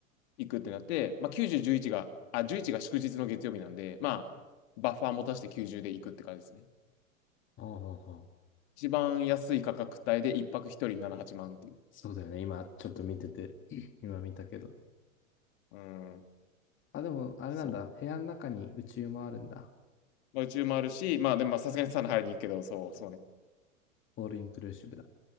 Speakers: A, on the left; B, on the left.
A: 行くってなって、まあ、90、11が、あ、11が祝日の月曜日なんで、まあ、バッファー持たして90で行くって感じですね。
B: ああ、ああ、
A: 一番安い価格帯で1泊1人78万っていう。
B: そうだよね。今、ちょっと見てて、<clears throat> 今見たけど。
A: うん、
B: あ、でも、あれなんだ。
A: そう。
B: 部屋の中に宇宙もあるんだ。
A: まあ、宇宙もあるし、まあでもまあさすがにサウナ入りに行くけど、そう、そうね。
B: オールインクルーシブだ。